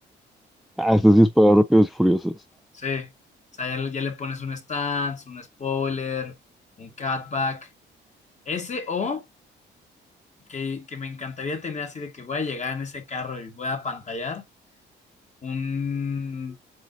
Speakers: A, in the centre; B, on the left.
A: Ah, este sí es para rápidos y furiosos.
B: Sí, o sea, ya, le ya le pones un stance, un spoiler, un cutback. Ese o que, que me encantaría tener así de que voy a llegar en ese carro y voy a pantallar un,